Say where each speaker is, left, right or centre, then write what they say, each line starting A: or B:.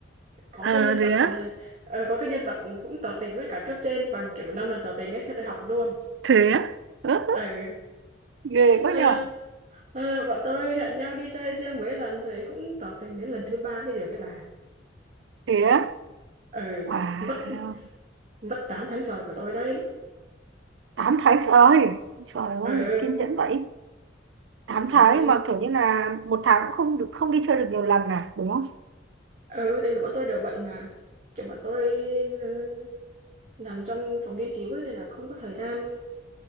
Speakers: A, on the right; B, on the right.
A: có
B: ờ
A: cái nhân vật
B: thế á
A: ờ, ờ, có cái nhân vật cũng tỏ tình với cả cấp trên bằng kiểu 5 lần tỏ tình ấy thế tôi học luôn
B: thế á Ớ,
A: ừ
B: ghê quá
A: Thế
B: nhở
A: là- thế là bọn tôi hẹn nhau đi chơi riêng mấy lần thì cũng tỏ tình đến lần thứ ba mới được cái bà
B: thế á
A: ừ
B: wow
A: mất mất 8 tháng trời của tôi đấy
B: tám tháng trời trời
A: ừ
B: ơi kiên nhẫn vậy tám
A: thì
B: tháng mà kiểu như là một tháng cũng không được không đi chơi được nhiều lần à đúng không
A: ừ tại vì bọn tôi đều bận mà kiểu bọn tôi ừ, làm trong phòng nghiên cứu ấy nên là không có thời gian